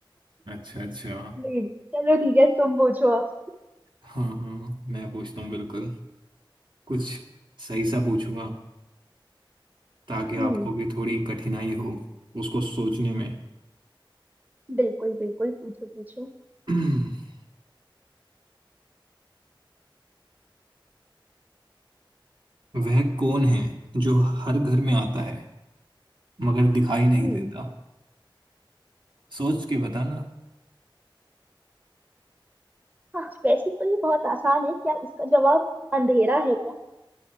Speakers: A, on the right; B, on the right.
A: अच्छा अच्छा
B: नहीं। चलो ठीक है तुम पूछो अब
A: हाँ हाँ मैं पूछता हूँ बिल्कुल कुछ सही सा पूछूंगा ताकि
B: हम्म
A: आपको भी थोड़ी कठिनाई हो उसको सोचने में
B: बिल्कुल बिल्कुल पूछो पूछो
A: <clears throat> वह कौन है जो हर घर में आता है मगर दिखाई नहीं
B: हम्म
A: देता सोच के बताना
B: हाँ वैसे तो ये बहुत आसान है क्या इसका जवाब अंधेरा है क्या